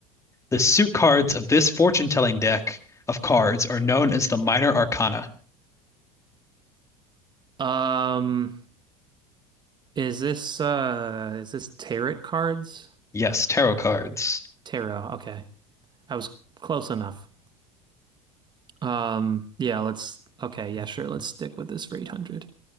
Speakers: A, on the left; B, on the right.
A: The suit cards of this fortune telling deck of cards are known as the Minor Arcana.
B: Um, Is this uh is this tarot cards?
A: Yes, tarot cards.
B: Tarot, okay. I was close enough. Um yeah, let's okay, yeah, sure, let's stick with this for 800.